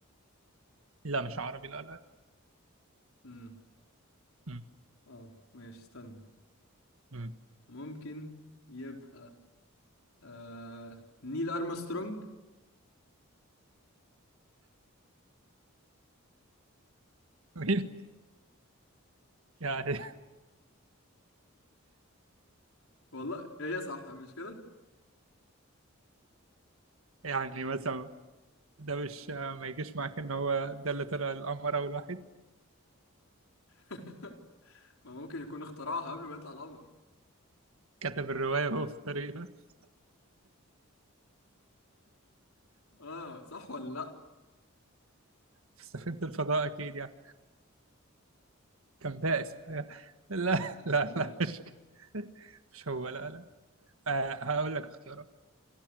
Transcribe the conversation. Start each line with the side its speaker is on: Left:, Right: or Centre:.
Right: لا مش عربي لا لا لا.
Left: امم
Right: مم.
Left: اه ماشي استنى
Right: مم.
Left: ممكن يبقى آه... نيل أرمسترونج
Right: مين <laughs> يعني
Left: والله هي صح مش كده
Right: يعني مثلا ده مش ما يجيش معاك ان هو ده اللي طلع القمر اول واحد
Left: <laughs> ما ممكن يكون اخترعها قبل ما يطلع القمر
Right: كتب الرواية وهو في الطريق <laughs>
Left: اه صح ولا لا
Right: في سفينة الفضاء اكيد يعني كان بائس بقى. <laughs> لا لا
Left: ماشي
Right: لا مش مش هو لا لا آه هقول لك اختيارات